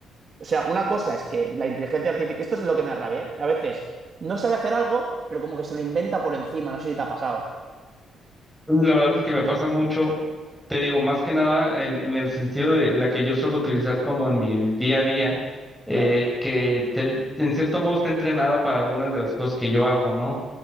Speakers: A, on the right; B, in the centre.
A: o sea, una cosa es que la inteligencia artificial, esto es lo que me arrabia, ¿eh? A veces no sabe hacer algo, pero como que se lo inventa por encima, no sé si te ha pasado.
B: La verdad es que me pasa mucho, te digo, más que nada en, en el sentido de la que yo suelo utilizar como en mi día a día, eh,
A: Claro.
B: que te- en cierto modo está entrenada para algunas de las cosas que yo hago, ¿no?